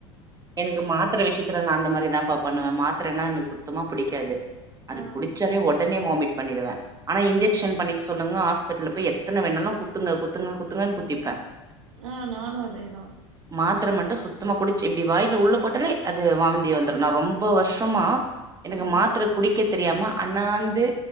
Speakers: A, on the right (about 20°); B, on the right (about 75°).
A: எனக்கு மாத்திர விஷயத்துல நா அந்த மாதிரிதா பா பண்ணுவே மாத்திரன்னா எனக்கு சுத்தமா புடிக்காது அது
B: ஆ
A: குடிச்சாலே உடனே வாமிட் பண்ணிடுவே ஆனா இன்ஜெக்க்ஷன்
B: ஓ
A: பண்ணிக்க சொல்லுங்க ஹாஸ்பிட்டல்ல போய் எத்தன வேணாலு குத்துங்க குத்துங்க குத்துங்கன்னு குத்திப்பே
B: ஆ நானு அதே தா
A: மாத்திர மட்டு சுத்தமா குடிச்சு அப்டி வாயில் உள்ள போட்டாலே அது வாந்தி வந்துரு நா ரொம்ப வருஷமா எனக்கு
B: ம்
A: மாத்திர குடிக்க தெரியாம அண்ணாந்து